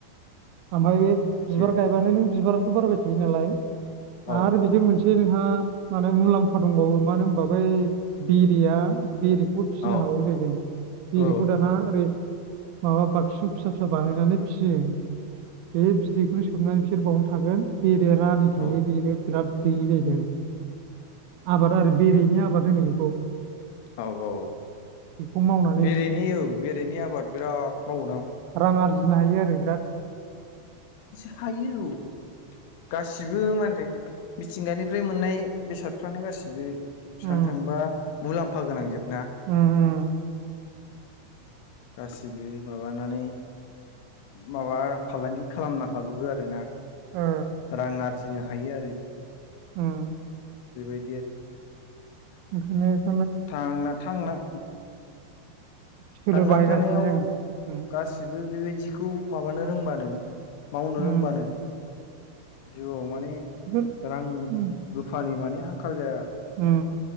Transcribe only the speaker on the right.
आमफाय
बिबार गायबानो नों बिबाराथ' बारबाय थायो नालाय
आरो बेजों मोनस से <unintelligible> हा माने मुलाम्फा दंबावो मानो होनबा बै बेरेया बेरेखौ फिसिनो
हाबावौ जाहैदों बेरेखौ
दाना ओरै माबा बाक्सु फिसा फिसा बानायनानै फिसियो बे बिदैखौनो दोबनानै <unintelligible> बिसोर बावनो थागोन बेरेआ रानि थायो
बेनो बिराद दैयो जाहैदों आबाद आरो बेरेनि आबाद होनो बेखौ
बेखौ मावनानै
रां आरजिनो हायो आरो बिराद
उम
उम उम
ओ
उम
ओखनो <unintelligible>
सोलो
बाहायगासिनो
जों
उम
उम
बेफोर
उम
उम